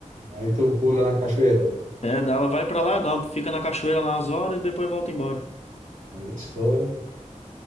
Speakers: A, on the right (about 75°); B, on the left (about 55°).
A: Aí tu pula na cachoeira.
B: É, dá, ela vai para lá, dá uma- fica na cachoeira lá umas horas e depois volta embora.
A: Aí é show, hein?